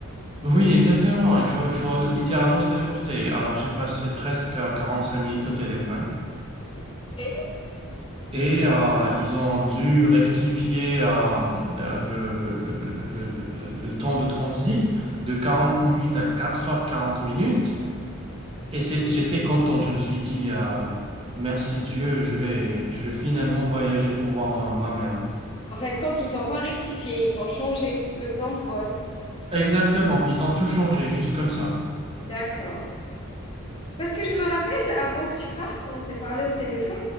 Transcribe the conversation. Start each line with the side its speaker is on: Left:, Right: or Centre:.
Right: Oui, exactement. Il faut, il faut littéralement se téléporter. Alors, j'ai passé presque 45 minutes au téléphone.
Left: Et?
Right: Et euh, ils ont dû rectifier euh, euh, le, le, le, le, le, le- le- le temps de transit de 40 minutes à quatre heures quarante minutes. Et c'est- j'étais content, je me suis dit, ah, merci Dieu, je vais, je vais finalement voyager pour voir ma, ma mère.
Left: En fait, quand ils t'ont pas rectifié, ils t'ont changé le plan de vol.
Right: Exactement, ils ont tout changé, juste comme ça.
Left: D'accord. Parce que je me rappelle, avant que tu partes, on s'est parlé au téléphone,